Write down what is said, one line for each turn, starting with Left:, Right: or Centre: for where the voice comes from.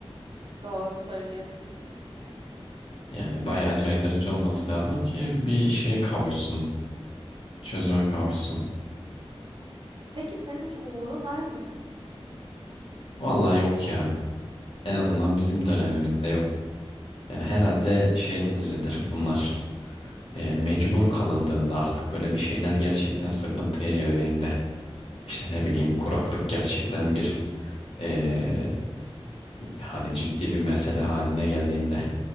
Right: Doğru söylüyorsun.
Left: Yani bayağı caydırıcı olması lazım ki bir şeye kavuşsun. Çözüme kavuşsun.
Right: Peki senin hiç umudun var mı?
Left: Vallahi yok ya. En azından bizim dönemimizde yok. Yani herhalde şeyde düzelir bunlar. E, mecbur kalındığında artık böyle bir şeyler gerçekten sıkıntıya girdiğinde. İşte ne bileyim kuraklık gerçekten bir Ee, hani ciddi bir mesele haline geldiğinde.